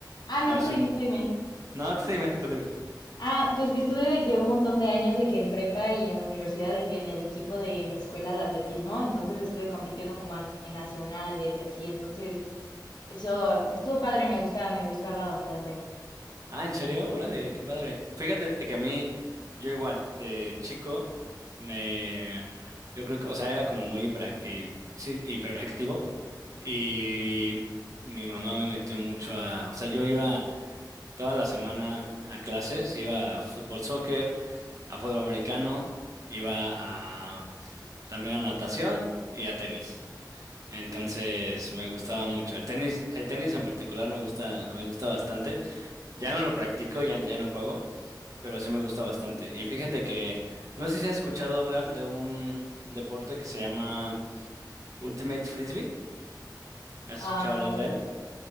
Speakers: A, on the left (about 70°); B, on the right (about 45°).
A: ah, no,
B: ay,
A: tú
B: sí.
A: dime, tú dime.
B: No, tú dime, tú dime.
A: Ah, pues que estuve de que un montón de años de que en prepa y en la universidad, de que en el equipo de mi escuela de atletismo, entonces estuve compitiendo como en, en nacionales y así, entonces eso estuvo padre, me gustaba, me gustaba bastante.
B: Ah, ¿en serio? Órale, qué padre. Fíjate que a mí, yo igual, de chico, me, yo creo que, o sea, era como muy hiperac- hi- sí, hiperactivo y mi mamá me metió mucho a, o sea, yo iba toda la semana a clases, iba a fútbol, soccer, a fútbol americano, iba a, también a natación y a tenis. Entonces me gustaba mucho el tenis, el tenis en particular me gusta, me gusta bastante. Ya no lo practico, ya, ya no juego, pero sí me gusta bastante. Y fíjate que, no sé si has escuchado hablar de un deporte que se llama Ultimate Frisbee. ¿Has
A: Ah,
B: escuchado hablar de él?